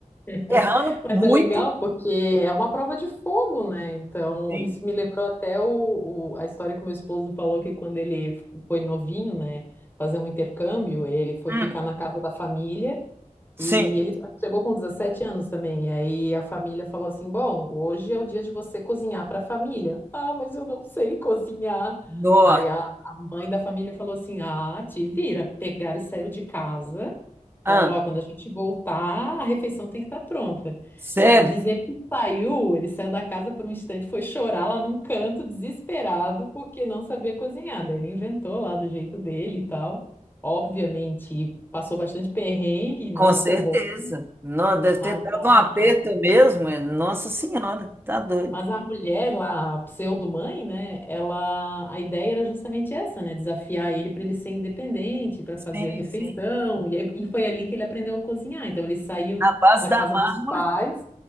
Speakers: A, on the left; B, on the right.
A: <laughs>
B: Errando
A: Mas
B: muito.
A: é legal porque é uma prova de fogo, né? Então,
B: Sim.
A: isso me lembrou até o, o- a história que o meu esposo falou que quando ele f- foi novinho, né, fazer um intercâmbio, ele foi
B: Hum,
A: ficar na casa da família.
B: sim.
A: E ele chegou com 17 anos também. E aí a família falou assim: Bom, hoje é o dia de você cozinhar para a família. Ah, mas eu não sei cozinhar.
B: Nossa.
A: Aí a, a mãe da família falou assim: Ah, te vira. Pegaram e saíram de casa.
B: Ah,
A: Falaram: Ó, quando a gente voltar, a refeição tem que estar pronta.
B: sério?
A: E dizer que saiu, ele saiu da casa por um instante, foi chorar lá num canto, desesperado, porque não sabia cozinhar. Daí ele inventou lá do jeito dele e tal. Obviamente, passou bastante perrengue, e não
B: Com
A: ficou
B: certeza.
A: bom.
B: Não, deve
A: Mas
B: ter dado
A: a,
B: um aperto mesmo. é. Nossa Senhora, tá doido.
A: mas a mulher lá, a pseudo-mãe, né? Ela, a ideia era justamente essa, né? Desafiar ele para ele ser independente, para
B: Sim,
A: fazer a refeição.
B: sim.
A: E, aí- e foi ali que ele aprendeu a cozinhar. Então ele saiu
B: Na base
A: da
B: da
A: casa
B: marra.
A: dos pais